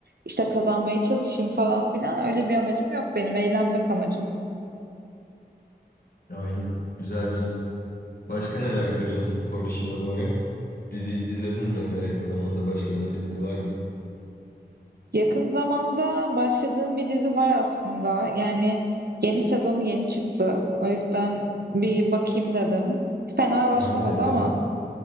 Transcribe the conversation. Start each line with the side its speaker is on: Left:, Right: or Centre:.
Right: işte kazanmaya çalışayım falan filan öyle bir amacım yok benim. Eğlenmek amacım.
Left: Aynen. Güzel güzel. Başka neler yapıyorsun spor dışında bu ara? Dizi izledin mi mesela yakın zamanda başladığın bir dizi var mı?
Right: Yakın zamanda başladığım bir dizi var aslında. Yani yeni sezonu yeni çıktı. O yüzden bir bakayım dedim. Fena başlamadı
Left: Hangi dizi?
Right: ama